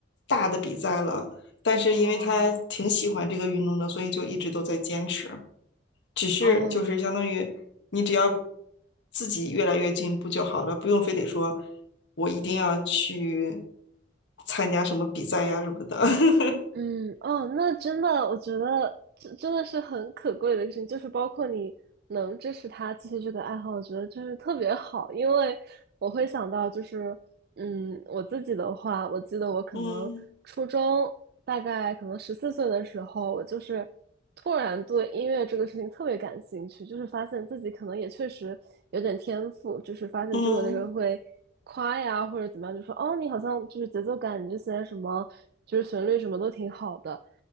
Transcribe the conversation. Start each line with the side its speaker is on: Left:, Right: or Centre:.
Left: 大的比赛了。但是因为她挺喜欢这个运动的，
Right: 哦，
Left: 所以就一直都在坚持。只是就是相当于你只要
Right: 哦。
Left: 自己越来越进步就好了，不用非得说我一定要去参加什么比赛呀什么的。<laughs>
Right: 嗯，哦，那真的，我觉得这真的是很可贵的事情，就是包括你能支持他继续这个爱好，我觉得就是特别好，因为我会想到就是，嗯，我自己的话，我记得我可能初中大概可能十四岁的时候，
Left: 嗯
Right: 我就是突然对音乐这个事情特别感兴趣，就是发现自己可能也确实有点天赋，就是发现周围的人会夸呀或者怎么样，
Left: 嗯
Right: 就说哦，你好像就是节奏感，你这些什么就是旋律什么都挺好的。